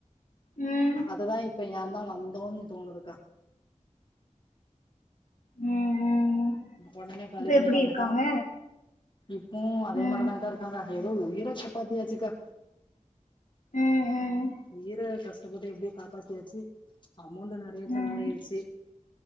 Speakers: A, on the left; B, on the left.
A: ம்
B: அதுதா இப்ப ஏ தா வந்தோன் தோணுதுக்கா
A: ம் ம்
B: ஒடனே காலி
A: இப்ப
B: பண்ணி
A: எப்டி
B: வந்துட்டோ
A: இருக்காங்க
B: இப்பவு அதே
A: ம்
B: மாதிரி தாக்கா இரு க்காங்க ஏதோ உயிர காப்பாத்தி ஆச்சிக்கா
A: ம் ம்
B: உயிர கஷ்டப்பட்டு எப்டியோ காப்பாத்தியாச்சு அமௌண்ட்டு நறைய செலவாயிருச்சு
A: ம்